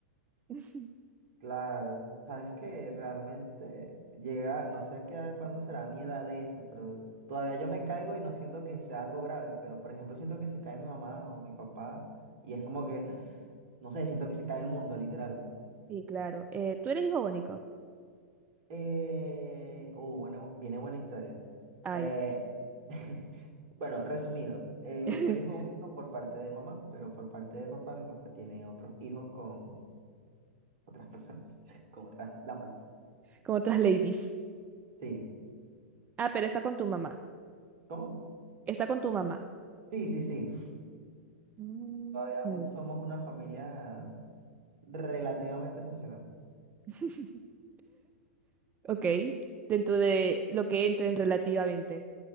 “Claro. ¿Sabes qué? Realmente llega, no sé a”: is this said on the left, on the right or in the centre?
Right